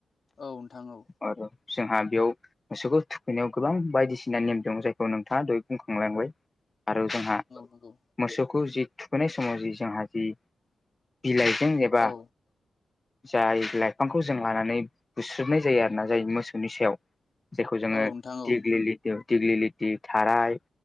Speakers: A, on the left (about 50°); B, on the left (about 25°).
A: औ नोंथां औ।
B: आरो जोंहा बेयाव मोसौखौ थुखैनायाव गोबां बायदिसिना नेम दं जायखौ नोंथांङा दहाय बुंखांलांबाय। आरो जोंहा
A: नंगौ
B: मोसौखौ जि थुखैनाय समाव जि जोंहा जि बिलाइजों एबा
A: औ
B: जारि बिलाइ बिफांखौ जों लानानै बुस्रुबनाय जायो आरोना जाय मोसौनि सायाव जायखौ जोङो
A: औ नोंथां औ
B: दिगलि लि दिग्लि लिटि थाराय